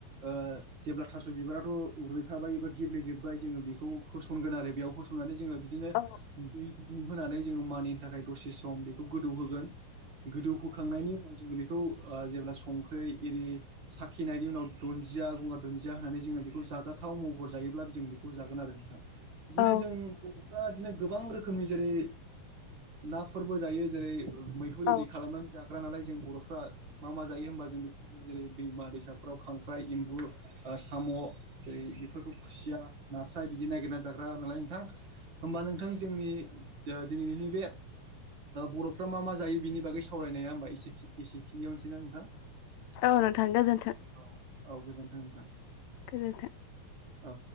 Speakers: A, on the right (about 40°); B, on the left (about 80°).
A: ओ जेब्ला थास' बिबाराथ' रुइखाबाय एबा गेब्लेेजोबबाय जोंङो बेखौ होसनगोन आरो बेयाव होन सुनानै जोंङो बिदिनो
B: औ
A: दै गुदुं होनानै जोंङो मानिनि थाखाय दसे सम बेखौ गोदौहोगोन। गोदौहोखांनायनि उनाव जोंङो बेखौ जेब्ला संख्रि एरि साखिनायनि उनाव दुन्दिया गंगार दुन्दिया होननानै जोंङो बेखौ जाजाथाव महर जायोब्ला जों बे खौ जागोन आरो नोंथां बिदिनो
B: औ
A: जों दा बिदिनो गोबां रोखोमनि जेरै नाफोरबो जायो जेरै - मैहुर इरि
B: औ
A: खालामनानै जाग्रा नालाय जों बर'फ्रा मा मा जायो होनबा जों बे जेरै दैमा दैसा नख'राव खांख्राइ एम्बु साम' जेरै बेफोरखौ खुसिया नास्राय बिदि नागिरना जाग्रा नालाय नोंथां होमबा नोंथां जोंनि दिनैनि बे बर'फ्रा मा मा जायो बिनि बागै सावरायनाया होनबा एसेखिनियावनोसैना नोंथां।
B: औ नोंथां गोजोन्थों।
A: औ औ गोजोन्थों नोंथां।
B: गोजोन्थों।
A: औ।